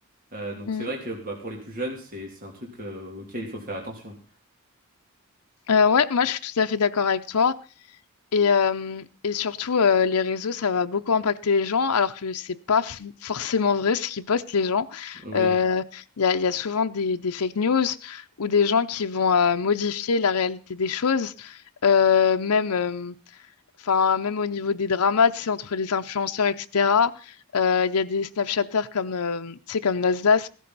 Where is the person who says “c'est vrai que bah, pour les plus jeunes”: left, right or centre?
Right